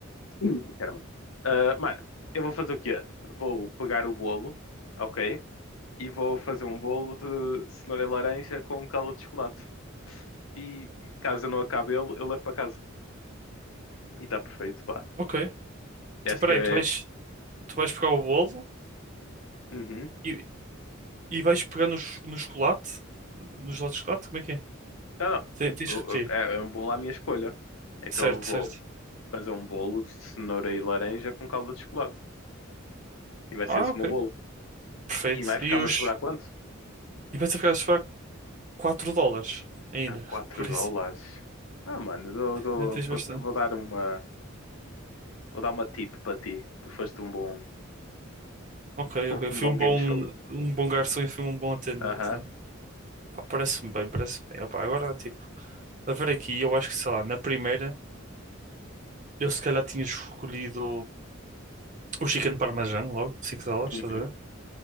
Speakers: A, on the left; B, on the right.
A: Ih, Caramba. Ah, mano, eu vou fazer o quê? Vou pegar o bolo, ok? E vou fazer um bolo de cenoura e laranja com calda de chocolate. E caso eu não acabe ele, eu levo para casa. E está perfeito, pá.
B: Ok.
A: E
B: Tu,
A: acho
B: peraí,
A: que é.
B: tu vais. Tu vais pegar o bolo
A: Uhum.
B: e, e vais pegar no, ch- no chocolate? No gelado de chocolate? Como é que é?
A: Não, não.
B: Te- Tens
A: O-
B: de repetir.
A: o- É é um bolo à minha escolha. Então
B: Certo,
A: eu vou
B: certo.
A: fazer um bolo de cenoura e laranja com calda de chocolate. E vai
B: Ah,
A: ser esse
B: ok.
A: o meu bolo.
B: Perfeito.
A: E vai ficar-me
B: E os.
A: a sobrar quanto?
B: E vais ficar a pagar 4 dólares ainda.
A: Ah, 4
B: <laughs> Por
A: dólares.
B: isso,
A: Ah, mano, dou- dou-
B: ainda tens
A: vou,
B: bastante.
A: vou dar uma. Vou dar uma tip para ti. Tu foste um bom,
B: Ok,
A: <laughs>
B: ok.
A: um
B: Fui
A: bom
B: um bom,
A: game show.
B: um bom garçom e fui um bom atendente,
A: Aham.
B: né? Pá, parece-me bem, parece-me bem. Opá, agora, tipo, a ver aqui, eu acho que, sei lá, na primeira, eu se calhar tinha escolhido o chicken parmesan logo, 5 dólares,
A: Uhum.
B: estás a ver?